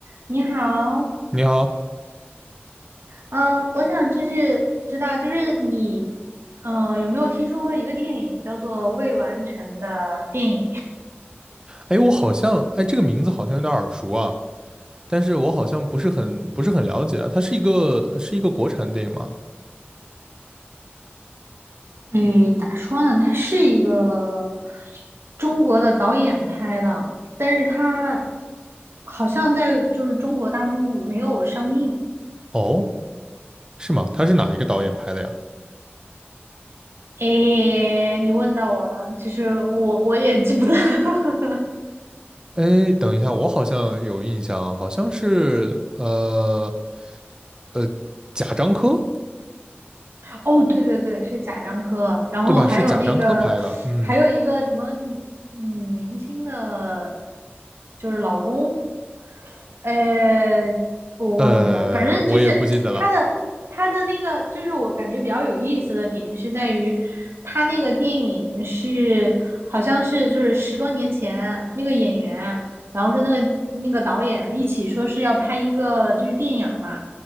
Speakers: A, on the right (about 75°); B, on the right (about 20°).
A: 你好，
B: 你好，
A: 嗯，我想就是知道，就是你，呃，有没有听说过一个电影叫做《未完成的电影》？
B: 哎，我好像，哎，这个名字好像有点耳熟啊，但是我好像不是很不是很了解啊。它是一个是一个国产电影吗？
A: 嗯，咋说呢？它是一个中国的导演拍的，但是它好像在就是中国大陆没有上映。
B: 哦，是吗？它是哪一个导演拍的呀？
A: 诶，你问到我了，其实我我也记不得。<laughs>
B: 哎，等一下，我好像有印象啊，好像是呃呃贾樟柯，
A: 哦，对对对，是贾樟柯，然后还有那个，
B: 对吧？是贾樟柯拍的，嗯，
A: 还有一个什么女女明星的，就是老公，呃，我忘记了，
B: 呃，
A: 反正就是他的他的那个，
B: 我也不记得了，
A: 就是我感觉比较有意思的点是在于，他那个电影是好像是就是十多年前那个演员，然后跟那个那个导演一起说是要拍一个就是电影儿嘛。